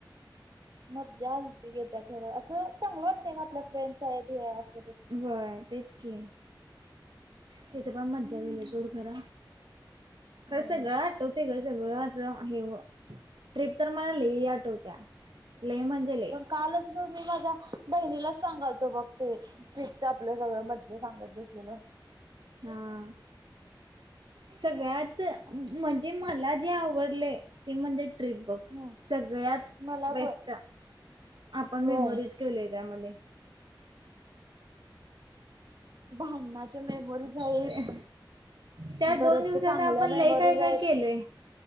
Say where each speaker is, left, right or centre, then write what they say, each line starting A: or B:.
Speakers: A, on the right; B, on the right.
A: मज्जा <inaudible> येतीया खर असं चांगलं वाटतंय ग आपल्या फ्रेंड्स आहेत हे अस.
B: व्हय तेच की. तिथ पण मज्जा
A: हम्म.
B: केली सोड खरं. खरं
A: होय
B: सगळ तूं तिलां जवळं असं आहे व ट्रिप तरं मलां लेई आठवत्यां लेई म्हणजे लई
A: कांलच मंग मी माझ्यां बहिणीला चं सांगालतो बघं ते फ्री च आपलं सगळं मज्जे सांगत बसलेलो
B: हां हां सगळ्यांत म्हणजे मलां जे आवडले ते म्हणजे ट्रिप बघं
A: हम्म.
B: सगळ्यांत
A: मला
B: बेस्टं
A: पण
B: आपणं
A: होय
B: मेमरीज ठेवलेत्यां मध्ये
A: भांडणाच्या मेमोरीज आहेत.
B: अहं त्यांचं
A: परत
B: दोन दिवसांत
A: चांगल्या
B: आपणं
A: मेमोरीज
B: लई कायं कायं
A: आहेत.
B: केलंय